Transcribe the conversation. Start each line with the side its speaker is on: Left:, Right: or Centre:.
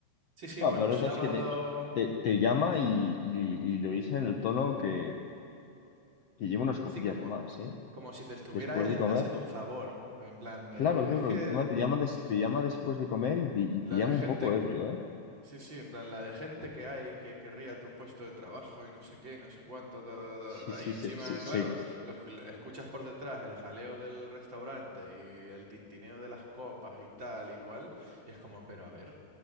Right: sí, sí,
Left: Ah,
Right: bueno,
Left: pero
Right: sábado,
Left: esto es que te, te, te llama y, y, y lo dice en el tono que, que lleva unas
Right: sí,
Left: copillas
Right: como,
Left: de más, ¿eh?
Right: como si te estuviera
Left: Después
Right: él
Left: de comer.
Right: haciendo un favor, en plan de,
Left: Claro, claro,
Right: es que
Left: encima te llama, des- te llama después de comer y te, y te
Right: la
Left: llama
Right: de gente,
Left: un poco ebrio, ¿eh?
Right: Sí, sí, en plan, la de gente que hay que querría tu puesto de trabajo y no sé qué, y no sé cuánto, ta, ta,
Left: Sí,
Right: ta, ta,
Left: sí,
Right: Y encima,
Left: sí, sí, sí,
Right: claro, los, escuchas por detrás el jaleo del restaurante y el tintineo de las copas y tal y cual. Y es como, pero a ver,